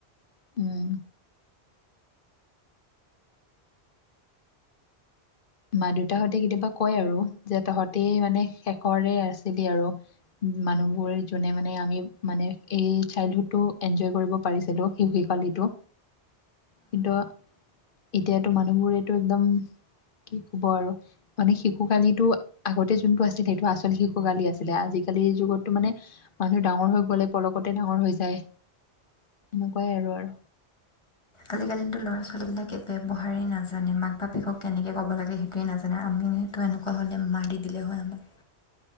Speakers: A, on the left; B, on the left.
A: উম। মা দেউতাহঁতে কেতিয়াবা কয় আৰু যে তহঁতে মানে শেষৰে আছিলি আৰু। মানুহবোৰ জোনে মানে আমি। মানে এই চাইল্ডহুড টো এনজয় কৰিব পাৰিছিলো শিশু কালিটো। কিন্তু এতিয়াতো মানুহবোৰেটো একদম। কি কব আৰু মানে শিশু কালিটো আগতে যোনটো আছিলে, সেইটো আচল শিশু কালি আছিলে, আজিকালিৰ যুগতো মানে মানুহ ডাঙৰ হৈ গ'লে পলকতে ডাঙৰ হৈ যায়। এনেকুৱাই আৰু, আৰু।
B: আজিকালিতো ল'ৰা ছোৱালীবিলাকে ব্যৱহাৰেই নাজানে। মাক বাপেকক কেনেকে ক'ব লাগে সেইটোৱে নাজানে আমিতো এনেকুৱা হ'লে মাৰি দিলে হয় আমাক।